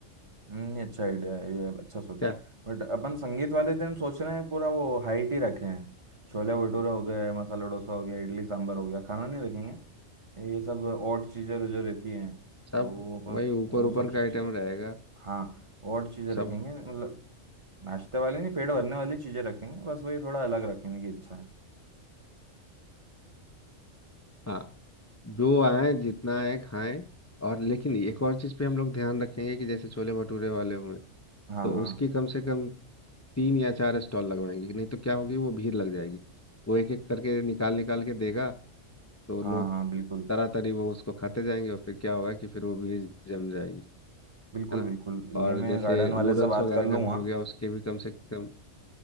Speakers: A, on the right; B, on the left.
A: नहीं अच्छा आइडिया है ये अच्छा सोचा
B: क्या
A: बट अपन संगीत वाले दिन सोच रहे हैं पूरा वो हाइट ही रखे हैं छोले भटूरे हो गए मसाला डोसा हो गया इडली सांभर हो गया खाना नहीं रखेंगे ये सब और चीज़ें जो रहती हैं
B: सब
A: तो वो अपन
B: वही ऊपर
A: वो
B: ऊपर
A: सब
B: का आइटम रहेगा
A: हाँ और चीज़ें
B: सब
A: रखेंगे मतलब नाश्ते वाले नहीं पेट भरने वाली चीज़ें रखेंगे बस वही थोड़ा अलग रखेंगे कि अच्छा है
B: हाँ जो आए जितना आए खाएं और लेकिन एक और चीज़ पे हम लोग ध्यान रखेंगे कि जैसे छोले भटूरे वाले हुए
A: हाँ
B: तो
A: हाँ
B: उसकी कम से कम तीन या चार स्टॉल लगवाएंगे नहीं तो क्या होगी वो भीड़ लग जाएगी वो एक एक करके निकाल निकाल के देगा तो
A: हाँ
B: लोग
A: हाँ बिल्कुल
B: तरातरी वो उसको खाते जाएंगे और फिर क्या होगा कि फिर वो भीड़ जम जाएगी
A: बिल्कुल
B: है ना
A: बिल्कुल
B: और
A: ये मैं
B: जैसे
A: गार्डन
B: नूडल्स
A: वाले से बात
B: वगैरह
A: कर
B: का
A: लूँगा
B: भी हो गया उसके भी कम से कम